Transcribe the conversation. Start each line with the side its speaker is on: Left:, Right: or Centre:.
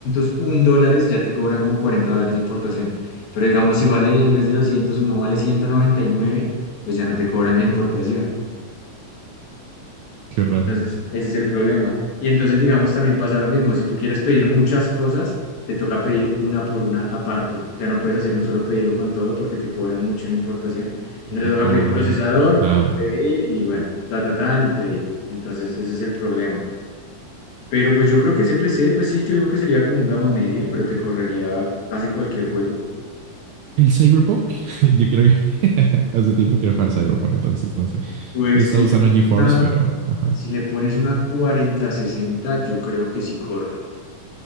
Left: 201 dólares, ya te cobran como 40 dólares de importación. Pero digamos, si vale, en vez de 201 vale ciento noventa y nueve pues ya no te cobran la importación.
Right: Qué raro.
Left: Entonces, ese es el problema. Y entonces, digamos, también pasa lo mismo. Si tú quieres pedir muchas cosas, te toca pedir una por una aparte. O sea, no puedes hacer un solo pedido con todo porque te cobran mucha importación.
Right: Porque
Left: Y no te toca
Right: cobra?
Left: pedir procesador,
Right: Ah, hombre.
Left: pedir y bueno, ta, ta, tan y pedir. Entonces, ese es el problema. Pero pues yo creo que ese PC, pues sí, yo digo que sería como un gama media, pero te correría casi cualquier juego.
Right: ¿El Cyberpunk? <laughs> Yo quiero que... <laughs> Hace tiempo quiero jugar Cyberpunk, entonces no sé.
Left: Pues
Right: Está
Left: si
Right: usando
Left: le pones
Right: GeForce,
Left: una,
Right: pero... Ajá.
Left: si le pones una cuarenta sesenta yo creo que sí corre.